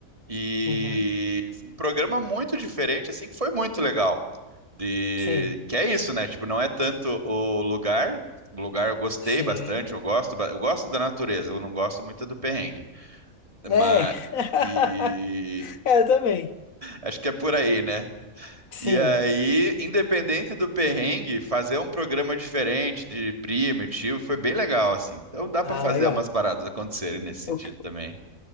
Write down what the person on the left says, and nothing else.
Uhum.
Sim.
Sim.
É.
<laughs>
É, eu também.
Sim.
Ah,
legal.
O que-